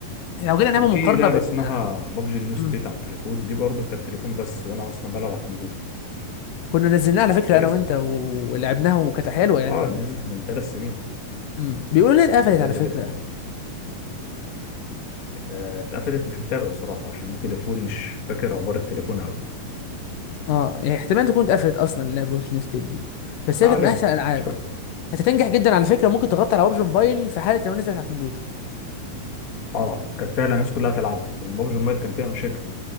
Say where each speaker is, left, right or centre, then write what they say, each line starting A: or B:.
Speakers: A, on the left; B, on the left.
A: إحنا لو جينا
B: يعني
A: نعمل
B: كان في
A: مقارنه
B: لعبة
A: بين
B: اسمها بابجي نيو ستيت
A: مم.
B: على التليفون دي برضه كانت تليفون بس وأنا أصلا بلعب على الكمبيوتر
A: كنا نزلناها على فكره
B: كانت كويسة
A: انا وانت و- ولعبناها وكانت حلوه يعني
B: اه نزلت من ثلاث سنين
A: امم بيقولوا انها اتقفلت
B: كانت جامدة
A: على فكره
B: جدا برضه آه، اتقفلت مش متابع بصراحة عشان دي تليفون مش فاكر أخبار التليفون أوي
A: اه يعني احتمال تكون اتقفلت اصلا اللعبه ببجي نيو ستيت دي بس
B: ما
A: هي
B: علينا
A: كانت من احسن الالعاب
B: مش فاكر
A: هتنجح جدا على فكره ممكن تغطي على ببجي موبايل في حاله لو نزلت على الكمبيوتر
B: اه كانت فعلا الناس كلها تلعبها لأن بابجي موبايل كان فيها مشاكل